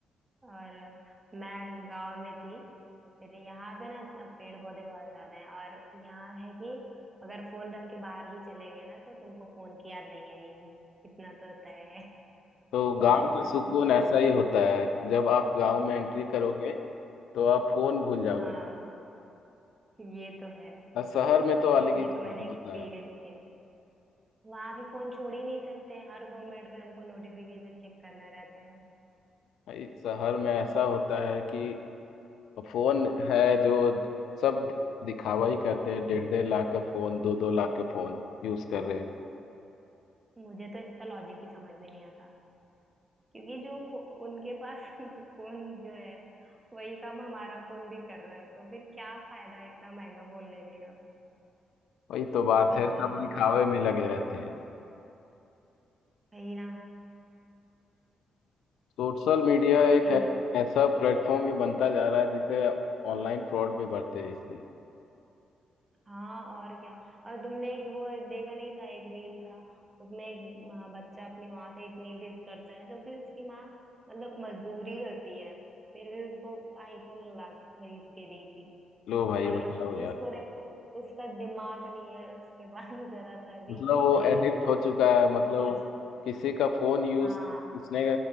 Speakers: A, on the right; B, on the left.
A: और मैं गांव में थी तो फिर यहाँ पे ना इतना पेड़ पौधे बहुत ज्यादा हैं और यहाँ है कि अगर फोन रख के बाहर भी चले गए ना तो तुमको फोन की याद नहीं आएगी इतना तो तय है <laughs> तो
B: तो गांव
A: ऐसा
B: का सुकून
A: रहता
B: ऐसा
A: है
B: ही होता है जब आप गांव में एंट्री करोगे तो आप फोन भूल जाओगे
A: हाँ ये तो है
B: और शहर में तो अलग
A: ये
B: ही सुकून
A: तो मैंने एक्सपीरियंस
B: होता है
A: किया वहां पे फोन छोड़ ही नहीं सकते हर दो मिनट पे हमको नोटिफिकेशन चेक करना रहता है
B: भाई शहर में ऐसा होता है कि फोन है जो सब दिखावा ही करते हैं डेढ़ डेढ़ लाख का फोन दो दो लाख का फोन यूज कर रहे हैं
A: मुझे तो इसका लॉजिक ही समझ में नहीं आता क्योंकि जो फो, उनके पास <laughs> फोन जो है वही काम हमारा फोन भी कर रहा है तो फिर क्या फायदा इतना महंगा फोन लेने का
B: वही तो बात
A: वेस्ट
B: है सब
A: ऑफ
B: दिखावे
A: मनी है
B: में लगे रहते हैं
A: वही ना
B: सोशल मीडिया एक
A: इन
B: है,
A: लोग
B: ऐसा प्लेटफॉर्म भी बनता जा रहा है जिसे ऑनलाइन फ्रॉड भी बढ़ते हैं इससे
A: हाँ और क्या और तुमने एक वो देखा नहीं था एक रील था उसमें एक माँ- बच्चा अपनी माँ से इतनी जिद करता है जो कि उसकी माँ मतलब मजदूरी करती है फिर भी उसको आईफोन ला के खरीद के दी थी
B: लो भाई
A: और
B: बताओ यार
A: उसको देखो उसका दिमाग नहीं है उसके पास <laughs> जरा सा भी
B: मतलब
A: कि
B: वो
A: भाई
B: एडिक्ट हो चुका है मतलब
A: सोचना
B: किसी का फोन यूज
A: हाँ
B: किसने